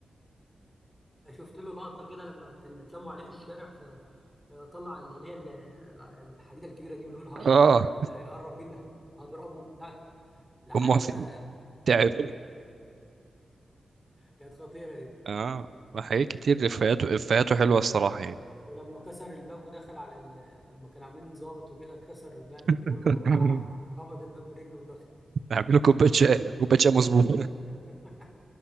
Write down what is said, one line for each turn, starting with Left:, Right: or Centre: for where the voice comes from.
Centre: شفت له لقطة كده لما كان اتلموا عليه في الشارع فطلع اللي هي ال- ال- الحديدة الكبيرة دي ويقول هي-
Right: اه
Centre: هي- اللي هيقرب مني هضربه بتاع لحد
Right: أمه
Centre: ما
Right: تعب
Centre: كانت خطيرة
Right: اه حاجات كتير
Centre: دي
Right: إفيهاته إفيهاته حلوة الصراحة يعني
Centre: ولما كسر الباب ودخل على ال... لما كان عاملين ضابط وكده كسر الباب
Right: <laughs>
Centre: بيقول له بالراحه راح خبط الباب برجله ودخل
Right: نعمل له كوباية شاي كوباية شاي مظبوط
Centre: <laughs>